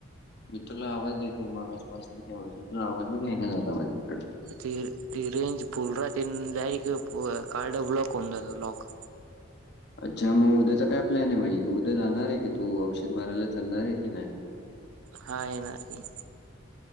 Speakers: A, on the left; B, on the right.
A: मी तुला आवाज देतय मागाासपासनाच तुझा आवाज आहे नाही झाला माझ्याकडे
B: ती ती रेज फूल राहती ती जाय इकडे कार्ड ब्लाॉक होऊन जाते ब्लाॉक.
A: अच्छा मग उद्याचा काय प्लॅन आहे बाई उद्या जाणार आहे की तू औषध मारायला चालणार आहे की नाही.
B: हा येणार की.